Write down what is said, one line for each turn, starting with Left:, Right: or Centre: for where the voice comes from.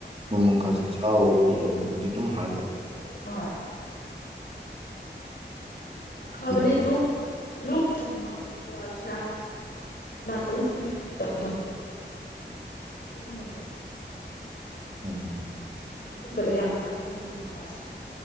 Right: ꯎꯃꯪꯈꯁꯨꯦ
Left: ꯎꯝ
Right: ꯆꯥꯎ ꯨꯝ ꯍꯥꯏ ꯀꯣ
Left: ꯍꯣꯏ ꯍꯥꯕꯅꯤ
Right: ꯑꯗꯣ
Left: ꯂ ꯂ ꯊꯣꯡꯕ ꯏꯁꯥ ꯅꯥꯇꯣꯟ ꯐꯨ꯭ꯔꯤ ꯐꯨꯔꯤ ꯇꯧꯕꯗꯣ ꯑꯗꯨꯒꯨꯝꯕꯗꯣ
Right: ꯑꯣꯝ
Left: ꯑꯗꯨꯝꯕ ꯌꯥꯝ ꯀꯥꯟꯅꯥ ꯅ ꯃꯡꯈꯁꯤ